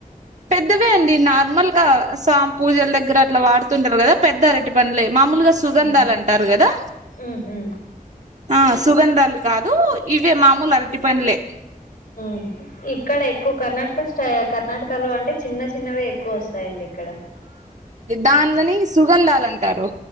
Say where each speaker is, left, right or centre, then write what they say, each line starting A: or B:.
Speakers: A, on the right; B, on the left.
A: పెద్దవే అండి నార్మల్ గా స్వామి పూజల దగ్గర అట్లా వాడుతుంటారు కదా పెద్ద అరటి పండ్లే మామూలుగా సుగంధాలు
B: ఉమ్
A: అంటారు కదా
B: ఉహు
A: ఆ సుగంధాలు కాదు ఇవే మామూలు అరెటి పండ్లే
B: మ్ ఇక్కడ ఎక్కువ కర్ణాటక స్టే కర్ణాటక లో అంటే చిన్న చిన్నవే ఎక్కువ వస్తంది వస్తాయండి ఇక్కడ
A: దానిలోని సుగంధాలు అంటారు